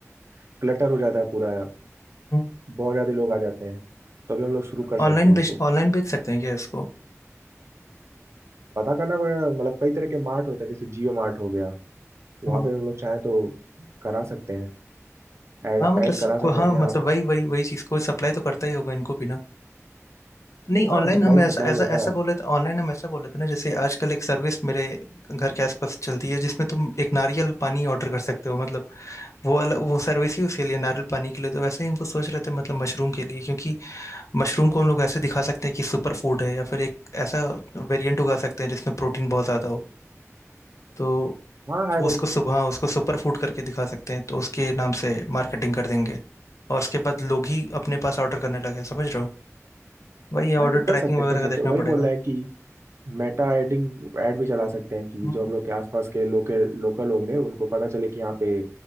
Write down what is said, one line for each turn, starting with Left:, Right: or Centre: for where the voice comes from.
Right: क्लटर हो जाता है पूरा
Left: हम्म,
Right: बहुत ज़्यादा लोग आ जाते हैं तो अभी हम लोग शुरू कर सकते
Left: ऑनलाइन
Right: हैं इसको
Left: बेच ऑनलाइन बेच सकते हैं क्या इसको
Right: पता करना पड़ेगा मतलब कई तरह के मार्ट होते हैं जैसे जियो मार्ट हो गया वहाँ
Left: हम्म,
Right: पे हम लोग चाहें तो करा सकते हैं ऐड
Left: हाँ मतलब
Right: ऐड
Left: स-
Right: करा सकते
Left: को, हाँ
Right: हैं कि हाँ
Left: मतलब वही वही वही चीज़ को सप्लाई तो करता ही होगा इनको भी ना नहीं
Right: हाँ
Left: ऑनलाइन
Right: सप्लाई
Left: हम ऐसा
Right: सप्लाई
Left: ऐसा
Right: होता
Left: ऐसा
Right: है
Left: बोले थे ऑनलाइन हम ऐसा बोले थे ना जैसे आजकल एक सर्विस मेरे घर के आसपास चलती है जिसमें तुम एक नारियल पानी ऑर्डर कर सकते हो मतलब वो अलग वो सर्विस ही उसके लिए नारियल पानी के लिए तो वैसे ही हमको सोच रहे थे मतलब मशरूम के लिए क्योंकि मशरूम को हम लोग ऐसे दिखा सकते हैं कि सुपर फूड है या फिर एक ऐसा वेरिएंट उगा सकते हैं जिसमें प्रोटीन बहुत ज़्यादा हो तो
Right: हाँ है
Left: वो
Right: बट
Left: उसको सुबह उसको सुपर फूड करके दिखा सकते हैं तो उसके नाम से मार्केटिंग कर देंगे और उसके बाद लोग ही अपने पास ऑर्डर करने लगे समझ रहे हो वही
Right: हाँ
Left: ऑर्डर
Right: ये कर
Left: ट्रैकिंग
Right: सकते
Left: वगैरह
Right: हैं कर सकते
Left: का देखना
Right: हैं वही
Left: पड़ेगा
Right: बोल रहा है कि मेटा एडिंग एड भी चला सकते हैं कि
Left: हम्म,
Right: जो हम लोग के आसपास के लोकल लोकल होंगे उनको पता चले कि यहाँ पे